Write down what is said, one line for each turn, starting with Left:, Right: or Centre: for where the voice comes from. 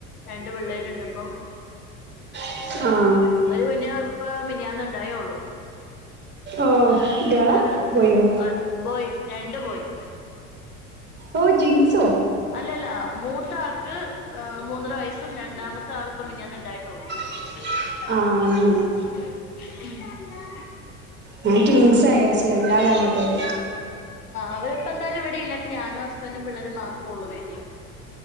Left: രണ്ട് പിള്ളേരുണ്ട്പ്പം
Right: ആഹ്
Left: ഒരു കുഞ്ഞാവ ഇപ്പൊ മിനിഞ്ഞാന്നുണ്ടായേള്ളൂ
Right: ഓഹ് ഗേളാ
Left: ഒരാള്
Right: ബോയോ
Left: ബോയ് രണ്ട് ബോയ്
Right: ഓ ട്വിൻസോ
Left: അല്ലല്ല മൂത്ത ആൾക്ക് മൂന്നര വയസ്സും രണ്ടാമത്തെ ആളിപ്പ മിൻഞ്ഞാന്ന്ണ്ടായിട്ടേള്ളൂ
Right: <inaudible>
Left: ഉം
Right: അങ്ങനെ ഞാൻ ട്വിൻസ് ആയാച്ച് രണ്ടാളർഞ്ഞപ്പളെയ്
Left: അവരിപ്പന്തായാലും ഇവിടെ ഇല്ല ഞാനും ഹസ്ബൻറും പിള്ളേരും മാത്രേ ഉള്ളൂ വീട്ടില്